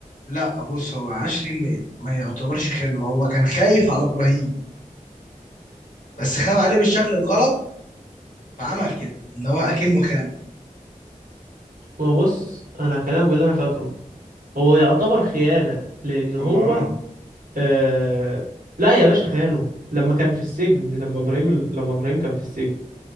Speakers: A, on the left (about 70°); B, on the right (about 80°).
A: لا بص هو عشري ما, ما يعتبرش خانه هو كان خايف على ابراهيم بس خاف عليه بالشكل الغلط فعمل كده ان هو اكنه خانه
B: ما بص أنا هكلمك باللي أنا فاكره هو يعتبر خيانة لأن هو
A: هو اه
B: آه... لا يا باشا خانه لما كان في السجن لما إبراهيم لما إبراهيم كان في السجن